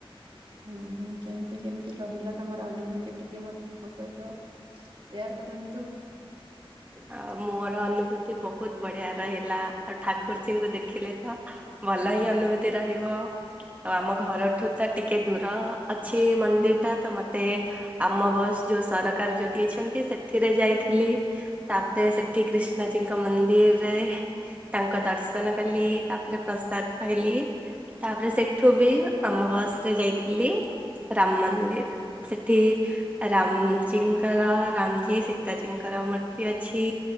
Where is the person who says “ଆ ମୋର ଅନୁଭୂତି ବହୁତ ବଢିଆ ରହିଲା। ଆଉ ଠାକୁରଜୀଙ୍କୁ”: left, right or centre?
Right